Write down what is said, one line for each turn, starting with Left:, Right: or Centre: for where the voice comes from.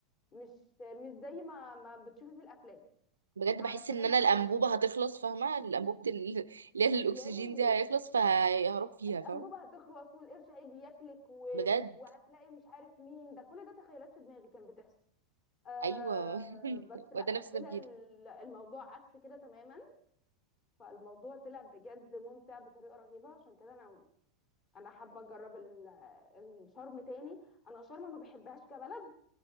Left: مش مش زي ما ما بتشوفي في الافلام
Right: بجد
Left: علشان
Right: بحس ان
Left: انا
Right: انا الانبوبه
Left: كان
Right: هتخلص فاهمه الانبوبه ال- <laughs> اللي هي الاكسجين
Left: يا ريت
Right: دي هيخلص فهروح فيها
Left: الانبوبه
Right: فاهمه
Left: هتخلص والقرش هيجي ياكلك و...
Right: بجد
Left: وهتلاقي مش عارف مين ده كل ده تخيلات في دماغي كانت بتحصل آه
Right: ايوه <laughs>
Left: بس
Right: وده
Left: لا
Right: نفس
Left: طلع
Right: تفكيري
Left: ال- الموضوع عكس كده تماما فالموضوع طلع بجد ممتع بطريقه رهيبه عشان كده انا انا حابه اجرب ال- الشرم تاني انا شرم ما بحبهاش كبلد